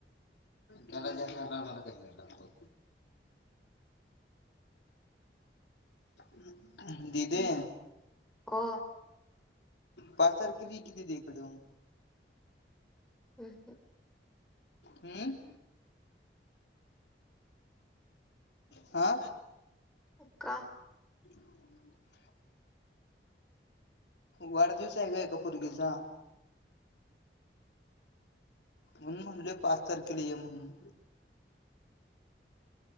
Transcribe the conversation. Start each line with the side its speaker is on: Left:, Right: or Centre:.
Left: त्याला जास्त मिळणार मला कमी मिळणार मग दिदे
Centre: ओ.
Left: पासार किती किती इकड?
Centre: अ हं.
Left: हम्म. हा.
Centre: का?
Left: <inaudible> वाढदिवस हाय एका पोरगीचा. म्हणून म्हणलं पाच तारखेला ये म्हणून.